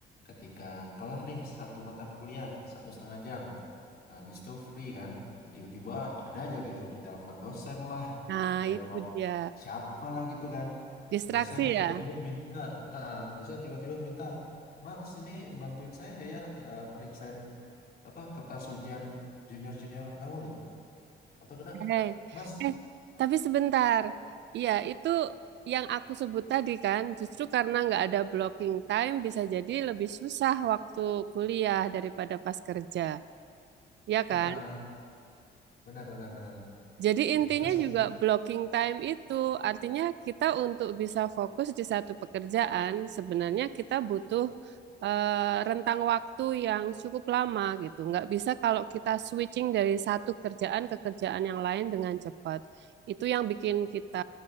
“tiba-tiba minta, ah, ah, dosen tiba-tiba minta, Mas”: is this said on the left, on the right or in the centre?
Left